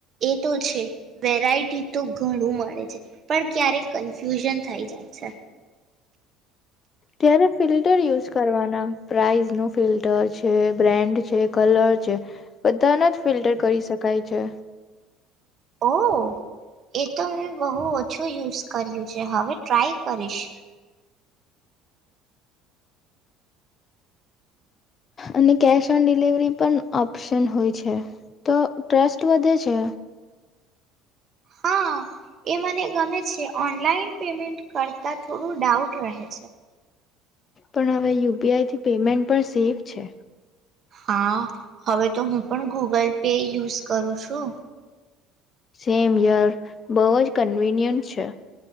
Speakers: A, on the right; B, on the left.
A: એ તો છે. વેરાયટી તો ઘણું મ <unintelligible> છે પણ ક્યારેક કન્ફ્યુઝન થઈ જાય છે.
B: ત્યારે ફિલ્ટર યુઝ કરવાના પ્રાઇઝ નું ફિલ્ટર છે બ્રેન્ડ છે કલર છે બધાના જ ફિલ્ટર કરી શકાય છે.
A: ઓ. એ તો મેં બહુ ઓછું યુઝ કર્યું છે હવે ટ્રાય કરીશ.
B: અને કેશ ઓન ડિલિવરી પણ ઓપ્શન હોય છે તો ટ્રસ્ટ વધે છે
A: હા એ મને ગમે છે ઓનલાઈન પેમેન્ટ કરતા થોડું ડાઉટ રહે છે
B: પણ હવે યુપીઆઈથી પેમેન્ટ પણ સેફ છે
A: હા હવે તો હું પણ ગૂગલ પે યુઝ કરું છું
B: સેમ યાર બહુ જ કન્વીિનિયન્ટ અ્ છેા